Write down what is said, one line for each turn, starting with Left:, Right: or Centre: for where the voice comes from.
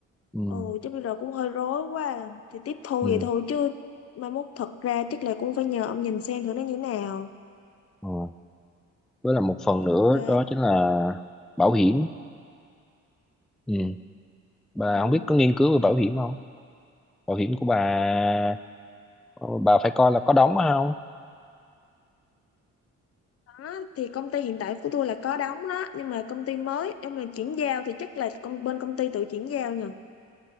Centre: ừ
Left: ừ chứ bây giờ cũng hơi rối quá à. thì tiếp thu
Centre: ừ
Left: vậy thôi chứ mai mốt thật ra chắc là cũng phải nhờ ông nhìn xem thử nó như thế nào
Centre: ừ. với là một phần nữa
Left: ok
Centre: đó chính là bảo hiểm ừ bà
Left: ừ.
Centre: không biết có nghiên cứu về bảo hiểm không bảo hiểm của bà ờ, bà phải coi là có đóng hay không
Left: đó thì công ty hiện tại của tôi là có đóng đó nhưng mà công ty mới nhưng mà chuyển giao thì chắc là công bên công ty tự chuyển giao nhờ